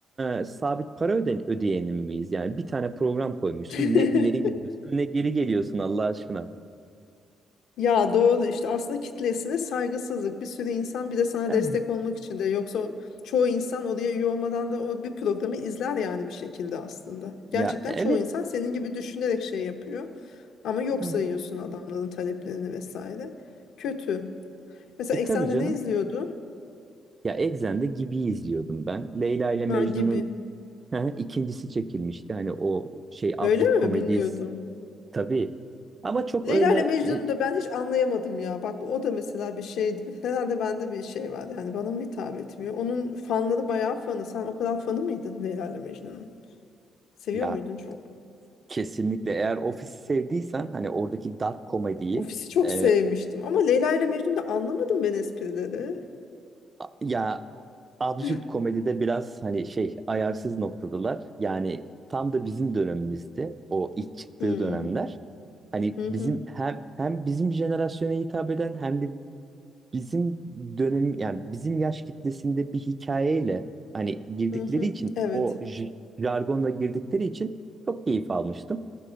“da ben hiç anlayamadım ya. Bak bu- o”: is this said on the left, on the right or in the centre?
Left